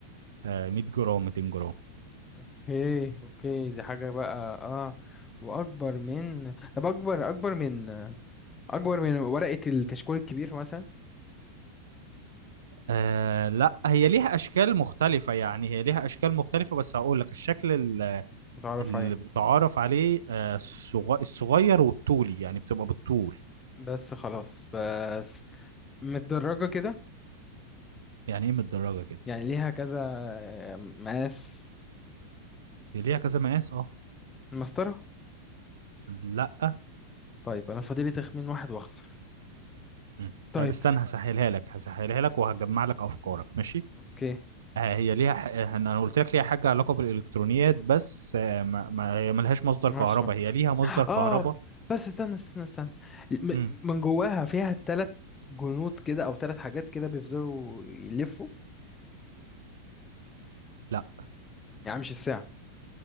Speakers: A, on the right; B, on the left.
A: آه، 100 جرام 200 جرام
B: اوكي اوكي دي حاجة بقى اه واكبر من طب اكبر اكبر من اكبر من ورقة الكشكول الكبير مثلا
A: آه لا هي ليها اشكال مختلفة يعني هي ليها اشكال مختلفة بس هقول لك الشكل ال-
B: متعرف
A: المتعارف
B: عليه
A: عليه آه الصغ- الصغير والطولي يعني بتبقى بالطول
B: بس خلاص بس متدرجة كده
A: يعني ايه متدرجه كده
B: يعني ليها كذا آه، مقاس
A: دي ليها كذا مقاس اه
B: المسطرة
A: لا
B: طيب انا فاضلي تخمين واحد واخسر
A: مم.
B: طيب
A: طب استنى هسهلها لك هسهلها لك وهجمع لك افكارك ماشي
B: اوكي
A: آه هي ليها ح... آه، انا قلت لك ليها حاجه علاقه بالالكترونيات بس آه ما... ما... هي ملهاش مصدر
B: ماشي
A: كهرباء
B: ماشي
A: هي ليها مصدر كهرباء
B: اه بس استنى استنى استنى م-
A: امم
B: من جواها فيها تلات جنود كده او تلات حاجات كده بيفضلوا يلفوا
A: لا
B: يعني مش الساعة